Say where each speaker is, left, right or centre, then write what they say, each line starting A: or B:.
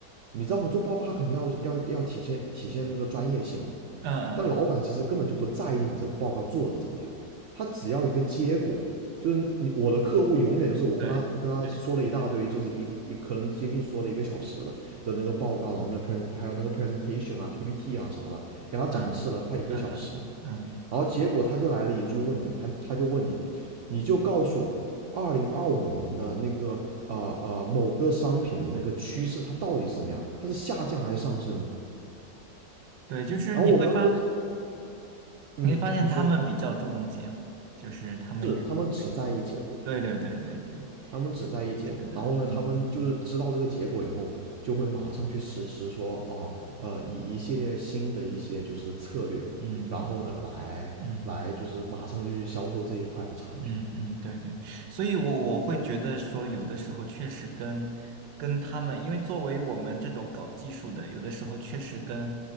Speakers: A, on the right; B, on the right.
A: 你知道我们做报告，他肯定要要要体现体现那个专业性嘛，
B: 嗯嗯嗯。
A: 但老板其实根本就不在意你这报告做的怎么样，他只要一个结果。就是你我的客户永远就是我跟他跟他说了一大堆，
B: 对对，
A: 就是一一可能接近说了一个小时的的那个报告，然后那 pre 还有那个 presentation 啊、PPT 啊啥的，给他展示了快一个小时，
B: 嗯嗯嗯嗯嗯，
A: 然后结果他就来了一句问你，他他就问你，你就告诉我二零二五年的那个呃呃某个商品的那个趋势它到底是怎么样，它是下降还是上升呢？
B: 对，就是你会发，
A: 然后我们分，嗯，
B: 你会发现他们比较注重结果，
A: 你说。
B: 就是他们也会，
A: 他们只在意结果，
B: 对对对对对，
A: 他们只在意结果。
B: 是的，
A: 然后呢，
B: 嗯
A: 他们就是知道这个结果以后，就会马上去实施说啊，呃，以一系列新的一些就是策略，
B: 嗯嗯
A: 然后呢，来来就是马上就去销售这一块的产品。
B: 嗯。嗯嗯，对对，所以我我会觉得说，有的时候确实跟跟他们，因为作为我们这种搞技术的，有的时候确实跟